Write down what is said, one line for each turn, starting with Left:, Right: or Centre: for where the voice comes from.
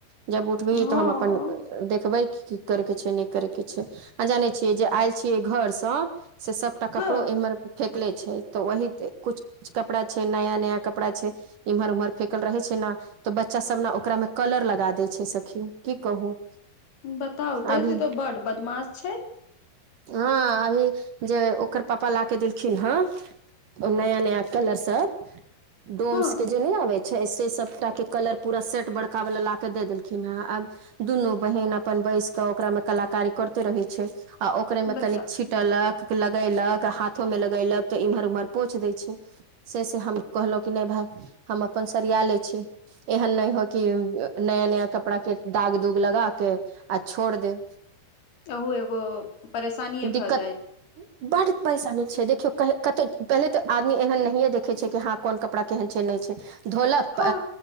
Right: जब उठबीही
Left: हँ
Right: तऽ हम अपन देखबै की करयके छैय नै करयके छैय आ जानै छियै जे आयल छियै घर सस। से सबटा कपड़ो
Left: हँ
Right: एमेर फेेकले छै। तऽ वही कुछ कुछ कपड़ा छै नया नया कपड़ा छै। इम्हर उम्हर फेेकल रहै छै ने तऽ बच्चा सब ने ओकरामे कलर लगा दै छै सखिन की कहू
Left: बताउ त <unintelligible>
Right: अभी
Left: बड बदमाश छै
Right: हॉ अभी जे ओकर पापा ला के देलखिन हन नया नया कलर सब डोम्स
Left: हँ
Right: के जे नै आबै छै से सबटाके कलर पूरा सेट बड़कावला ला कऽ दे देलखिन हँ आब दुनू बहिन अपन बैस क ओकरामे कलाकारी करते रहै छैय आ ओकरे मे
Left: बताउ
Right: कनी छिट। टलक लगेलक हाथो में लगैलक तऽ इम्हर उम्हर पोछ दै छै से से हम कहलहुँं की नै भाय हम अपन सरिया लै छी। एहन नै होय कि नया नया कपड़ा के दाग दूग लगा के आ छोड़ दे
Left: अहूँ एगो परेशानिएक्षभऽ
Right: दिक्कत
Left: जाय
Right: बड परेशानी छै देखियौ कतहु पहिले तऽ आदमी एहन नहियए देखै छै कि हाँ कोन कपड़ा केहेन छै नहि छै धोलक
Left: हँ